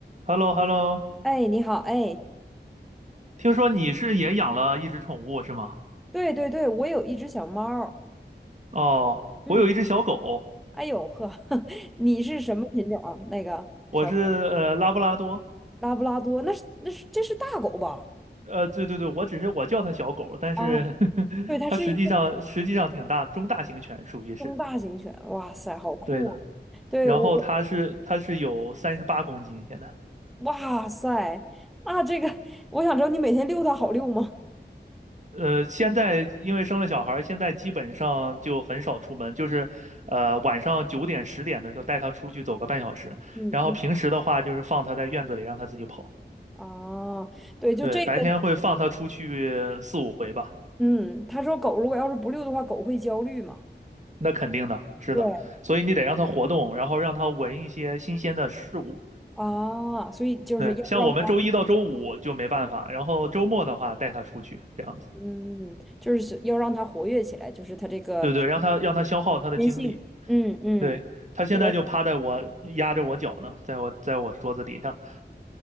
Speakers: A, on the right; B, in the centre.
A: h e l l o h e l l o
B: 哎，你好，哎，
A: 听说你是也养了一只宠物是吗？
B: 对对对，我有一只小猫儿
A: 哦，
B: 嗯，
A: 我有一只小狗，
B: 哎呦呵，<laughs> 你是什么品种啊那个小狗，
A: 我是呃拉布拉多，
B: 拉布拉多，那是那是这是大狗吧？
A: 呃，对对对，我只是我叫它小狗，但是
B: 啊，
A: <laughs>
B: 对，它是一个
A: 它实际上实际上挺大，中大型犬属于是，
B: 中大型犬，哇塞，好酷啊对我我，
A: 对的。然后它是它是有三十八公斤现在，
B: 哇塞，那这个我想知道你每天遛它好遛吗？
A: 呃，现在因为生了小孩儿，现在基本上就很少出门，就是呃晚上九点十点的时候带它出去走个半小时，
B: 嗯嗯，
A: 然后平时的话就是放它在院子里让它自己跑。
B: 哦，对，就这个，
A: 对，白天会放它出去四五回吧，
B: 嗯，他说狗如果要是不遛的话，狗会焦虑嘛。
A: 那肯定的，是的，
B: 对
A: 所以你得让它活动，然后让它闻一些新鲜的事物。
B: 啊，所以就是要让。
A: 对，像我们周一到周五就没办法，然后周末的话带它出去，这样子，
B: 嗯，就是要让它活跃起来，就是它这个
A: 对对，让它让它消耗它的精力。
B: 天性。嗯嗯，
A: 对，它现在就趴在我压着我脚呢，
B: 我
A: 在我在我桌子底下，